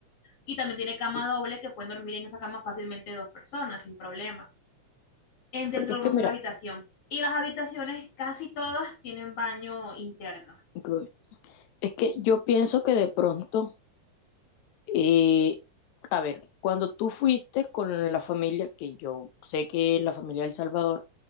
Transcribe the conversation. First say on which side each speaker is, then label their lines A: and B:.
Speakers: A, on the left; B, on the left.
A: y también tiene cama
B: sí.
A: doble que pueden dormir en esa cama fácilmente dos personas sin problema en dentro
B: Porque
A: de
B: es
A: una
B: que, mira,
A: sola habitación. Y las habitaciones casi todas tienen baño interno.
B: incluye. Es que yo pienso que de pronto, eh, a ver, cuando tú fuiste con la familia, que yo sé que es la familia del Salvador,